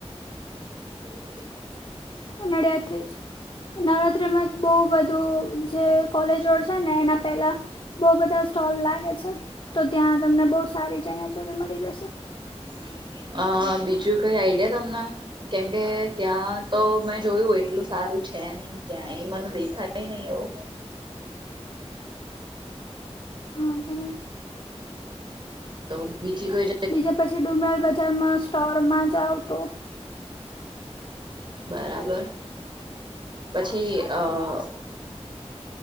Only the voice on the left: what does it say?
નડિયાદ થી જ નવરાત્રીમાં બહુ બધું જે કોલેજ રોડ છે ને એના પેલા બહુ બધા સ્ટોલ લાગે છે તો ત્યાં તમને બહુ સારી ચણિયા ચોળી મળી જશે.
હા, બરાબર.
બીજા પછી ડુમરાલ બજારમાં સ્ટોરમાં જાવ તો.
હમ